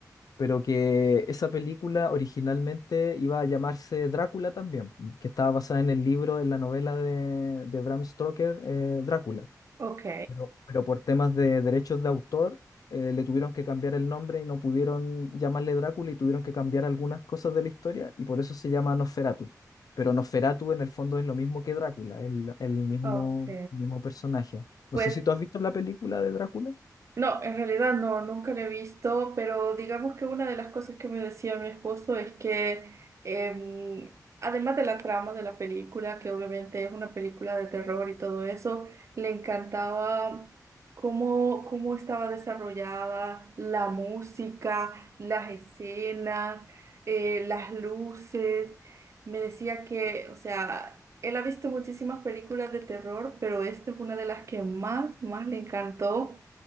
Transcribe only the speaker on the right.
Ok,
ok.
Pues
No, en realidad no, nunca lo he visto, pero digamos que una de las cosas que me decía mi esposo es que em, además de la trama de la película, que obviamente es una película de terror y todo eso, le encantaba cómo, cómo estaba desarrollada la música, las escenas, eh, las luces. Me decía que, o sea, él ha visto muchísimas películas de terror, pero esta es una de las que más, más le encantó.